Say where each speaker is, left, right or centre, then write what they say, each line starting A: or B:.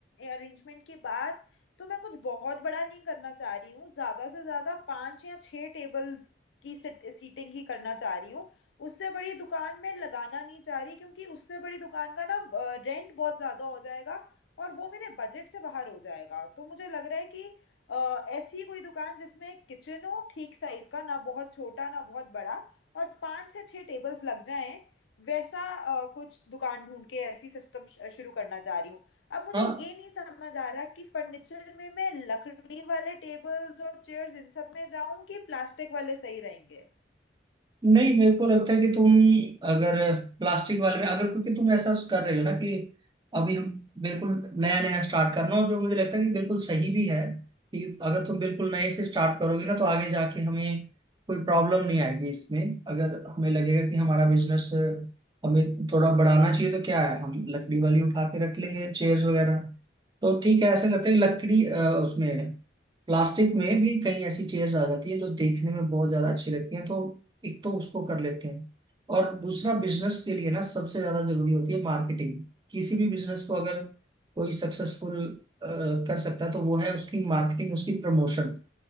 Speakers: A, on the left; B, on the right.
A: अरेंजमेंट की बात तो मैं कुछ बहुत बड़ा नहीं करना चाह रही हूँ ज्यादा से ज्यादा पांच या छह टेबल्स की सीटिंग ही करना चाह रही हूँ उससे बड़ी दुकान में लगाना नहीं चाह रही क्योंकि उससे बड़ी दुकान का ना रेंट बहुत ज्यादा हो जाएगा और वो मेरे बजट से बाहर हो जाएगा तो मुझे लग रहा है कि अ, ऐसी कोई दुकान जिसमें एक किचन हो ठीक साइज का ना बहुत छोटा ना बहुत बड़ा और पांच से छह टेबल्स लग जाएं वैसा अ, कुछ दुकान ढूंढ के ऐसी सिस्टम शुरू करना चाह रही हूँ अब मुझे
B: हाँ
A: ये नहीं समझ आ रहा कि फर्नीचर में मैं लकड़ी वाले टेबल्स और चेयर्स इन सब में जाऊं कि प्लास्टिक वाले सही रहेंगे
B: नहीं मेरे को लगता है कि तुम अगर प्लास्टिक वाले में अगर क्योंकि तुम ऐसा कर रहे हो ना कि अभी हम बिल्कुल नया नया स्टार्ट करना और जो मुझे लगता है कि बिल्कुल सही भी है कि अगर तुम बिल्कुल नए से स्टार्ट करोगे ना तो आगे जाके हमें कोई प्रॉब्लम नहीं आएगी इसमें अगर हमें लगेगा कि हमारा बिजनेस हमें थोड़ा बढ़ाना चाहिए तो क्या है हम लकड़ी वाली उठा के रख लेंगे चेयर्स वगैरह तो ठीक है ऐसे करते हैं लकड़ी अ, उसमें प्लास्टिक में भी कई ऐसी चेयर्स आ जाती है जो देखने में बहुत ज्यादा अच्छी लगती हैं तो एक तो उसको कर लेते हैं और दूसरा बिजनेस के लिए ना सबसे ज्यादा जरूरी होती है मार्केटिंग किसी भी बिजनेस को अगर कोई सक्सेसफुल कर सकता है तो वो है उसकी मार्केटिंग उसकी प्रमोशन